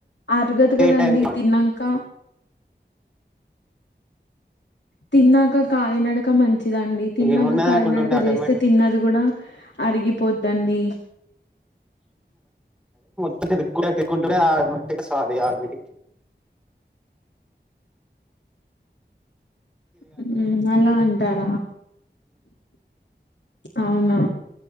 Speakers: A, on the left; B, in the centre.
A: అరగదు కదండి
B: ఏ టైం
A: తిన్నంక తిన్నాక కాలినడక మన్ మంచిదండి తిన్నాక
B: ఏమున్నా
A: కాళినడక
B: అనుకుంటుంటే ఆటోమేటిక్
A: చేస్తే తిన్నది కూడా అరిగి పోద్దండి
B: <unintelligible> సారి ఆర్మటి
A: హ్మ్మ్ అలా అంటారా అవునా